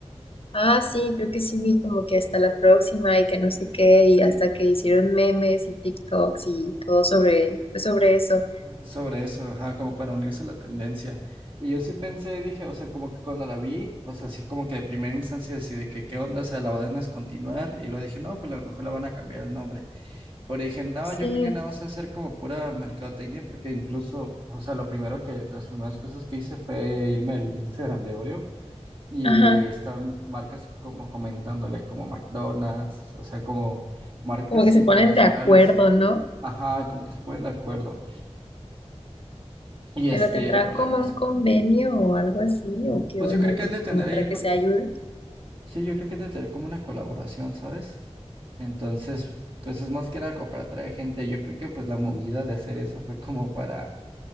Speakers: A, on the left; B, on the right.
A: Ah, sí, creo que sí vi como que hasta la próxima y que no sé qué, y hasta que hicieron memes y TikToks y todo sobre, pues sobre eso.
B: sobre eso, ajá, como para unirse a la tendencia. Y yo sí pensé, dije, o sea, como que cuando la vi, o sea, así como que de primera instancia, así de que qué onda, o sea, la van a continuar. Y luego dije, no, pues a lo mejor la van a cambiar el nombre. Pero dije, no,
A: Sí,
B: yo creo que nada más va a ser como pura mercadotecnia, porque incluso, o sea, lo primero que, las primeras cosas que hice fue irme al Instagram de Oreo. Y
A: ajá,
B: están marcas como comentándole, como McDonald's, o sea, como marcas
A: como que se
B: internacionales,
A: ponen de acuerdo, ¿no?
B: ajá, como que se ponen de acuerdo. Y
A: Pero
B: este,
A: tendrán
B: eh, perdón,
A: como un convenio o algo así, o qué
B: Pues
A: onda,
B: yo creo que
A: porque
B: han de tener
A: como para
B: ahí, por-
A: que se ayuden.
B: sí, yo creo que han de tener como una colaboración, ¿sabes? Entonces, pues es más que nada como para atraer gente. Yo creo que pues la movida de hacer eso fue como para